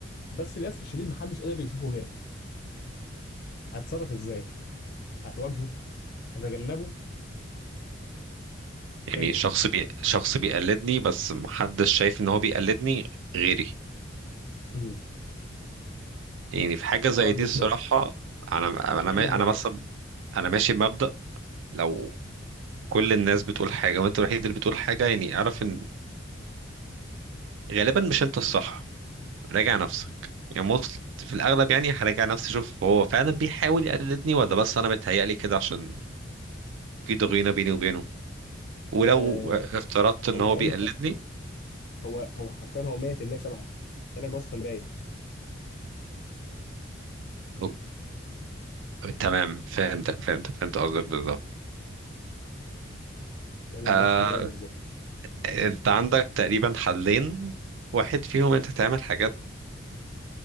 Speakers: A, on the left (about 50°); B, on the right (about 75°).
A: بس للاسف الشديد محدش قادر يشوفه غيرك هتتصرف ازاي هتواجهه هتجنبه
B: يعني
A: هتعمل
B: شخص
A: ايه
B: بي... شخص بيقلدني بس محدش شايف ان هو بيقلدني غيري
A: امم
B: يعني في حاجة زي
A: شبهك
B: دي
A: بالظبط
B: الصراحة انا انا
A: كانه
B: ما-
A: مرايه
B: انا مثلا انا ماشي بمبدأ لو كل الناس بتقول حاجة وانت الوحيد اللي بتقول حاجة يعني اعرف ان غالبا مش انت الصح راجع نفسك يعني most في الاغلب يعني هراجع نفسي اشوف هو فعلا بيحاول يقلدني ولا بس انا متهيألي كده عشان في ضغينة بيني وبينه ولو
A: آه
B: افترضت ان
A: هو
B: هو
A: انت
B: بيقلدني
A: هو هو حرفيا هو 100% شبهك كانك بص في مرايه
B: أوك- تمام فهمتك فهمتك فهمت قصدك بالظبط
A: كانك
B: آه،
A: بص في مرايه بالظبط
B: انت
A: مم.
B: عندك تقريبا حلين واحد فيهم انت تعمل حاجات